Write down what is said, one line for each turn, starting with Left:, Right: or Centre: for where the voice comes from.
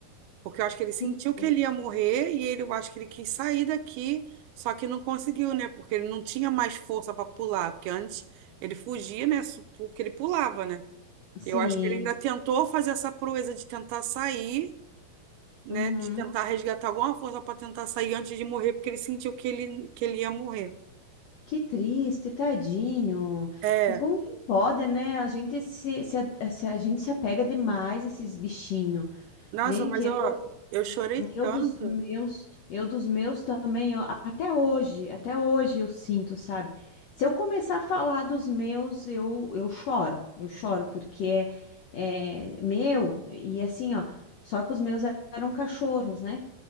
Right: Porque eu acho que ele sentiu
Left: Que coisa.
Right: que ele ia morrer e ele, eu acho que ele quis sair daqui, só que não conseguiu, né? Porque ele não tinha mais força para pular, porque antes ele fugia, né? su- Porque ele pulava, né?
Left: Sim.
Right: Eu acho que ele ainda tentou fazer essa proeza de tentar sair, né?
Left: Uhum.
Right: De tentar resgatar alguma força para tentar sair antes de morrer, porque ele sentiu que ele, que ele ia morrer.
Left: Que triste, tadinho.
Right: É,
Left: E como que pode, né? A gente se, se, a, se a gente se apega demais a esses bichinhos.
Right: nossa,
Left: Gente,
Right: mas eu,
Left: eu
Right: eu chorei tanto.
Left: Eu dos meus, eu dos meus também, ó, até hoje, até hoje eu sinto, sabe? Se eu começar a falar dos meus, eu, eu choro, eu choro, porque é, é meu, e assim, ó, só que os meus eram cachorros, né?